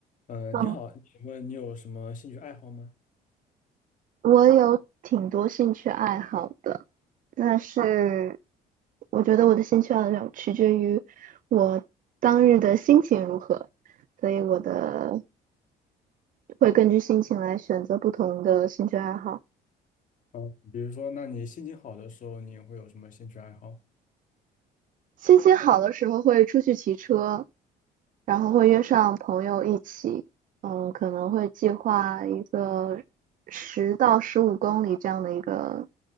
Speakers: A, on the left; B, on the right.
A: 呃，
B: 嗯，
A: 你好，请问你有什么兴趣爱好吗？
B: 我有挺多兴趣爱好的，但是我觉得我的兴趣爱好取决于我当日的心情如何，所以我的会根据心情来选择不同的兴趣爱好。
A: 嗯，比如说，那你心情好的时候，你会有什么兴趣爱好？
B: 心情好的时候会出去骑车，然后会约上朋友一起，嗯，可能会计划一个十到十五公里这样的一个